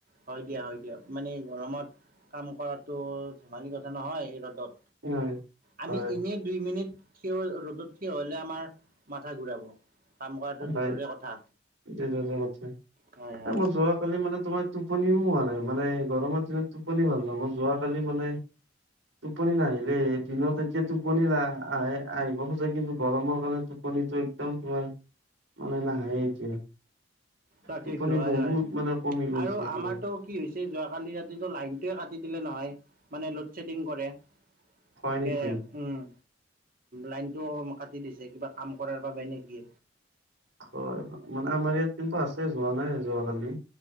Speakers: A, on the right; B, on the right.
A: হয় দিয়া। হয় দিয়া। মানে গৰমত, কাম কৰাতটো ধেমালি কথা নহয়, এই ৰ'দত।
B: হয়
A: আমি
B: হয়
A: এনেই দুই মিনিট থিয়, ৰ'দত থিয় হলে আমাৰ মাথা ঘূৰাব। কাম কৰাটো জৰুৰী
B: হয়।
A: কথা
B: <unintelligible>
A: হয়, হয়।
B: এ মই যোৱা কালিমানে তোমাৰ টোপনিও পোৱা নাই ।মানে গৰমত দিনত টোপনি ভাল নহয়, মই যোৱাকালি মানে টোপনি নাহিলে। দিনত এতিয়া টোপনি আহে, আহিব খোজে কিন্তু গৰমৰ কাৰণে টোপনি টোপনিটো একদম তোমাৰ মানে নাহেই এতিয়া।
A: তাকেইটো।
B: টোপনি
A: হয়'
B: বহুত
A: হয়।
B: মানে কমি গৈছে
A: আৰু
B: মানে
A: আমাৰতটো কি হৈছে যোৱাকালি ৰাতিতটো লাইটোয়ে কাটি দিলে নহয়। মানে লোডেচেডিং কৰে।
B: হয়
A: গতিকে
B: নেকি
A: উম, লাইন। টো কাটি দিছে কিবা কাম কৰাৰ বাবে নেকি
B: হয় হয় মানে আমাৰ ইয়াত কিন্তু আছে যোৱা নাই যোৱাকালি